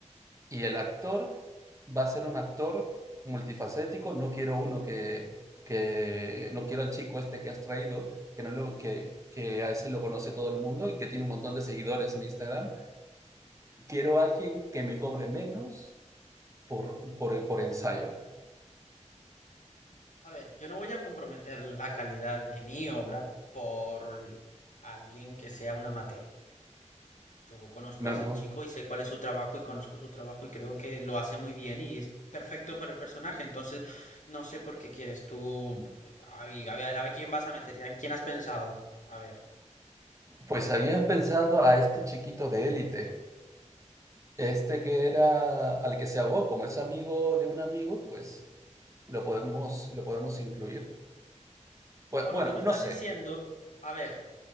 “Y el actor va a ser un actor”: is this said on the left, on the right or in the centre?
Right